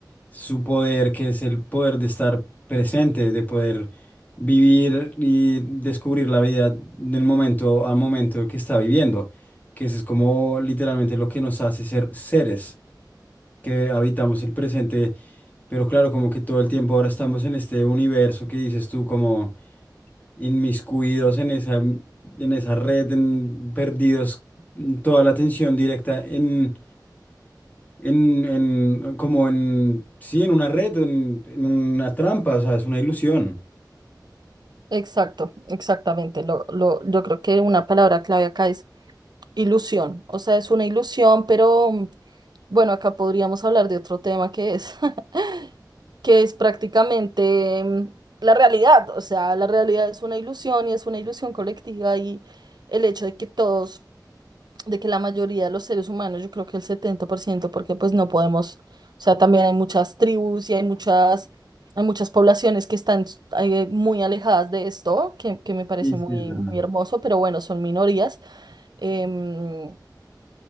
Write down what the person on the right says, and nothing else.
Exacto, exactamente. Lo, lo, yo creo que una palabra clave acá es ilusión. O sea, es una ilusión, pero mm, bueno, acá podríamos hablar de otro tema que es, <laughs> que es prácticamente mm, la realidad. O sea, la realidad es una ilusión y es una ilusión colectiva y el hecho de que todos de que la mayoría de los seres humanos, yo creo que el setenta por ciento porque pues no podemos, o sea, también hay muchas tribus y hay muchas, hay muchas poblaciones que están eh, muy alejadas de esto, que, que me parece
muy,
muy hermoso, pero bueno, son minorías. Em,